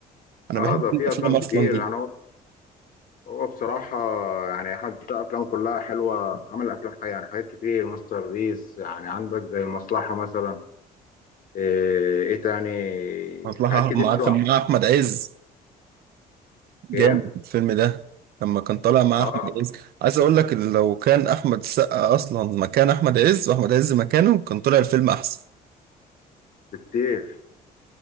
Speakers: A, on the right; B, on the left.
A: انا
B: اه
A: بحب
B: ده في
A: الافلام
B: افلام
A: اصلا
B: كتير
A: دي
B: يعني هو هو بصراحه يعني حتى افلام كلها حلوه عمل افلام حاجة يعني حاجات كتير ماستر بيس يعني عندك زي المصلحه مثلا ايه, ايه تاني
A: اصلها
B: حاجات كتير
A: مع
B: حلوه
A: كان
B: عملها
A: مع احمد عز جامد
B: ايه
A: الفيلم ده لما كان طالع مع
B: اه
A: احمد عز عايز اقول لك إن لو كان احمد السقا اصلا مكان احمد عز واحمد عز مكانه كان طلع الفيلم احسن
B: بكتير